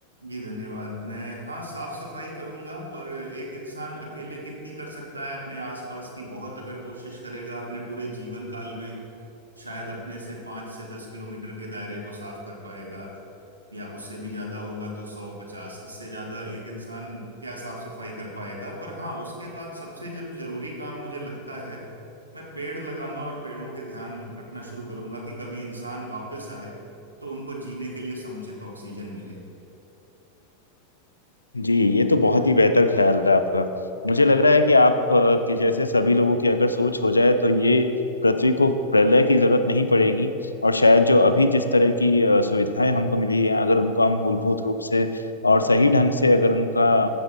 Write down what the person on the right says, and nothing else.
जी धन्यवाद मैं हाँ साफ सफाई करूंगा पर एक इंसान अकेले कितनी कर सकता है अपने आसपास की बहुत अगर कोशिश करेगा अपने पूरे जीवन काल में शायद अपने से पाँच से दस किलोमीटर के दायरे को साफ कर पाएगा या उससे भी ज्यादा होगा तो सौ पचास इससे ज्यादा एक इंसान क्या साफ सफाई कर पाएगा पर हाँ उसके बाद सबसे जर, जरूरी काम मुझे लगता है मैं पेड़ लगाना और पेड़ों के ध्यान रखना शुरू करूंगा कि कभी इंसान वापस आए तो उनको जीने के लिए समुचित ऑक्सीजन मिले